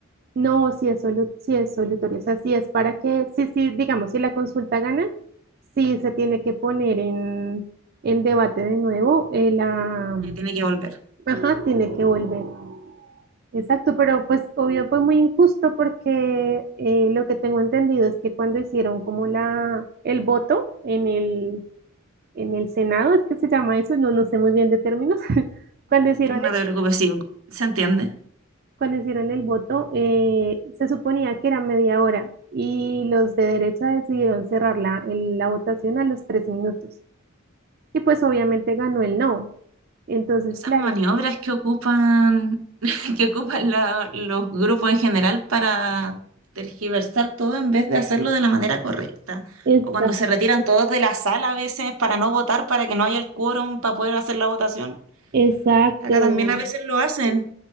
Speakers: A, on the right; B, on the right.
A: No, si es solu- sí es solutorio, o sea, si es para que, sí, sí, digamos, si la consulta gana, sí se tiene que poner en, en debate de nuevo, eh, la,
B: Tiene que volver.
A: ajá, tiene que volver. Exacto, pero pues obvio fue muy injusto porque eh, lo que tengo entendido es que cuando hicieron como la, el voto en el, en el Senado, es que se llama eso, no, no sé muy bien de términos, <laughs> cuando hicieron
B: Sí, No te preocupes, sí, se entiende.
A: cuando hicieron el voto, eh, se suponía que era media hora y los de derecha decidieron cerrar la, el- la votación a los tres minutos. Y pues obviamente ganó el no. Entonces,
B: Esas
A: claro,
B: maniobras que ocupan, <laughs> que ocupan la- los grupos en general para tergiversar todo en vez de hacerlo de la manera correcta.
A: está,
B: O cuando se retiran todos de la sala a veces para no votar, para que no haya el quórum para poder hacer la votación.
A: exacto,
B: Acá también a veces lo hacen.